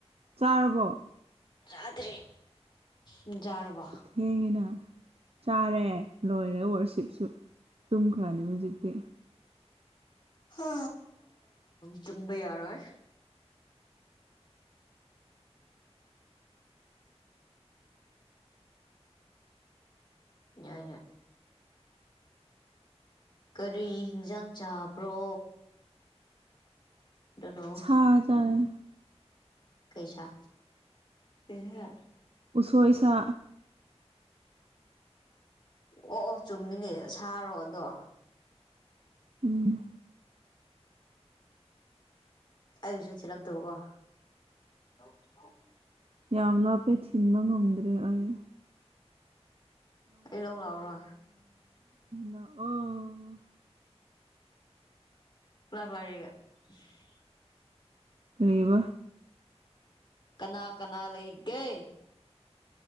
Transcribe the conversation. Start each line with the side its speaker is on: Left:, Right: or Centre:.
Right: ꯆꯥꯔꯕ꯭ꯔꯣ
Left: ꯆꯥꯗ꯭ꯔꯤ ꯅꯪ ꯆꯥꯔꯕ꯭ꯔꯣ
Right: ꯊꯦꯡꯉꯦꯅ ꯆꯥꯔꯦ ꯂꯣꯏꯔꯦ ꯋꯥꯔꯁꯤꯞꯁꯨ ꯇꯨꯝꯈ꯭ꯔꯅꯤ ꯍꯧꯖꯤꯛꯇꯤ
Left: ꯍꯥ ꯇꯨꯝꯕ ꯌꯥꯔꯣꯢ ꯌꯥꯢꯅꯦ ꯀꯔꯤ ꯍꯤꯟꯖꯥꯡ ꯆꯥꯕ꯭ꯔꯣ ꯗꯣꯅꯣ
Right: ꯁꯥ ꯆꯥꯌꯦ
Left: ꯀꯩꯁꯥ ꯀꯩꯁꯥ
Right: ꯎꯁꯣꯏ ꯁꯥ
Left: ꯑꯣ ꯑꯣ ꯆꯨꯝꯃꯤꯅꯦ ꯁꯥꯔꯣ ꯑꯗꯣ
Right: ꯎꯝ
Left: ꯑꯩꯁꯨ ꯊꯜꯂꯛꯇꯧꯕꯀꯣ ꯌꯥꯎ ꯌꯥꯎ
Right: ꯌꯥꯝ ꯂꯥꯞꯄꯦ ꯊꯤꯟꯕ ꯉꯝꯗ꯭ꯔꯦ ꯑꯩ
Left: ꯑꯩ ꯂꯧ ꯂꯥꯛꯎꯔꯣ
Right: ꯂꯥꯛꯑꯣ
Left: ꯂꯒꯂꯔꯒ <inaudible>
Right: ꯀꯩꯔꯤꯕ
Left: ꯀꯅꯥ ꯀꯅꯥ ꯂꯩꯒꯦ